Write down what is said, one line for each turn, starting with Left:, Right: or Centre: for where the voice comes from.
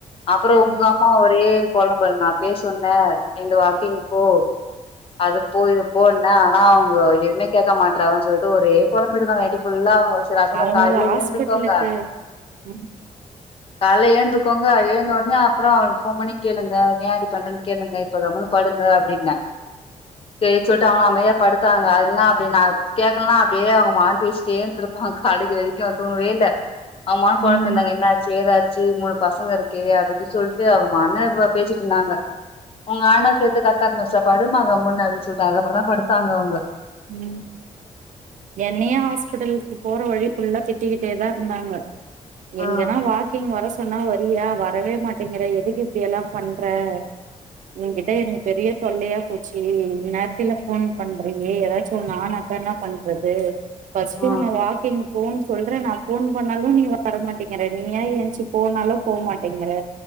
Left: அப்பறோ
Right: ம்
Left: உங்க அம்மா ஒரே பொலம்பல் நா அப்பயே சொன்ன எழுந்து வாக்கிங் போ அது போ இது போன்னா ஆனா அவுங்க எதுமே கேக்க மாட்றாங்கனு சொல்ட்டு ஒரே பொழம்பிட்டுதா நைட் ஃபுல்லா அவுங்க வச் நா சொன்ன
Right: அவங்க
Left: காலைல
Right: ஹாஸ்பிட்டலுக்கு
Left: எழுந்துக்கோங்க
Right: ம்
Left: கால்ல ஏந்துக்கோங்க எழுந்த உடனே அப்றோ அவள்க்கு ஃபோன் பண்ணி கேளுங்க ஏ இப்டி பண்றனு கேளுங்க இப்ப கம்முனு படுங்க அப்டின்ன சேர் சொல்ட்டாங்க அமைதியா படுத்தாங்க அதெல்லா அப்டி நா கேக்லனா அப்டே அவுங்க மாட் பேஸ் பேசிட் டேர்ந்திருப்போ காலைக்கு வரைக்கு தூங்கவே இல்ல அவும்மாட் பொழம்பிருந்தாங்க
Right: ம்
Left: என்ன சேதாச்சு மூணு பசங்க இருக்கே அப்டிஇப்டி சொல்ட்டு அவுங்கமான்னு பேசிட்டு இருந்தாங்க உங்காண்ணா சேத்து கத்தா ஆரம்பிச்சிட்டாரு படுமா கமுன்னு அப்டிச்சொல்டாங்க அதுக்கப்பறோ தா படுத்தாங்க அவுங்க
Right: ம் என்னையே ஹாஸ்பிட்டல்க்கு போற வழி ஃபுல்லா திட்டிக்கிட்டே தா இருந்தாங்க எங்கன்னா
Left: ஆ
Right: வாக்கிங் வர சொன்னா வரியா வரவே மாட்டேங்கற எதுக்கு இப்டியெல்லா பண்ற உங்கிட்ட எனக்கு பெரிய தொல்லையா போச்சி இன்நேரத்தில ஃபோன் பண்றீங்களே ஏதாச்சு ஒன்று ஆனாக்க என்னா பண்றது ஃபஸ்ட்டு
Left: ஆ
Right: உன்ன வாக்கிங் போன் சொல்ற நா ஃபோன் பண்ணாலும் நீ வரமாட்டேக்குற நீயே ஏய்ஞ்ச்சு போனாலு போமாட்டேங்க்குற